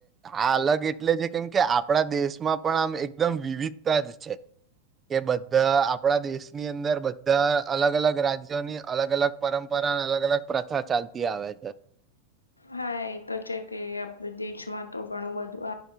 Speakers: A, on the right; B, on the left.
A: આ અલગ એટલે છે કેમ કે આપણા દેશમાં પણ આમ એકદમ વિવિધતા જ છે કે બધા આપણા દેશની અંદર બધા અલગ અલગ રાજ્યોની અલગ અલગ પરંપરા અલગ અલગ પ્રથા ચાલતી આવે છે
B: હા એ તો છે કે આપ દેશમાં તો ઘણું બધું